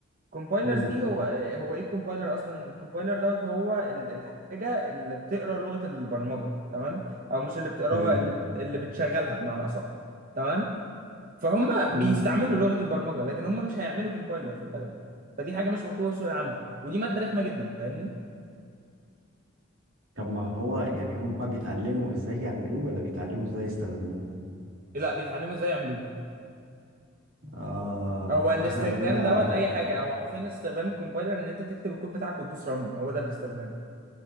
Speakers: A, on the right; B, on the right.
A: كومبايلرز
B: مم.
A: دي هو آه، هو ايه الكومبايلر اصلا الكومبايلر دوت هو ال- الحاجه اللي بتقرا لغه البرمجه تمام او مش اللي بتقراها
B: تمام
A: اللي بت- اللي بتشغلها بمعنى اصح تمام فهم
B: مم.
A: بيستعملوا لغه البرمجه لكن هم مش هيعملوا كومبايلر في الاغلب فدي حاجه مش مطلوبه في سوق العمل ودي ماده رخمه جدا فاهمني
B: طب ما هو يعني هم بيتعلموا ازاي يعملوه ولا بيتعلموا ازاي يستخدموه
A: لا بيتعلموا ازاي يعملوه
B: اه
A: هو الاستخدام
B: واحنا عندنا
A: دوت اي حاجه هو حرفيا استخدام الكومبايلر ان انت تكتب الكود بتاعك وتدوس رن هو ده الاستخدام